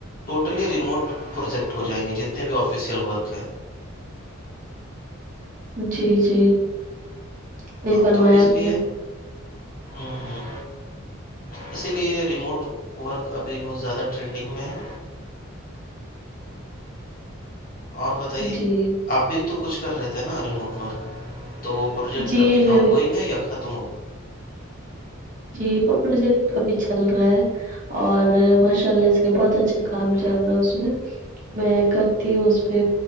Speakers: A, on the left; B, on the right.
A: ٹوٹلی ریموٹ پروجیکٹ ہو جائیں گے جتنے بھی آفیسیل ورک ہیں
B: جی جی یہی فرمایا
A: تو اس
B: آپ
A: لیے
B: نے
A: ہ ہاں اسی لیے ریموٹ ورک ابھی بہت زیادہ ٹرینڈنگ میں ہے اور بتائیے
B: جی،
A: اپ بھی تو کچھ کر رہے تھے نا ریموٹ ورک تو پروجیکٹ
B: جی،
A: اھی
B: میں
A: آن
B: بھی
A: گوئگ ہے یا ختم ہو گ
B: جی وہ پروجیکٹ تو ابھی چل رہا ہے اور ماشاء اللہ سے بہت اچھا
A: گیا؟
B: کام چل رہا ہے اس میں میں کرتی ہے اس پہ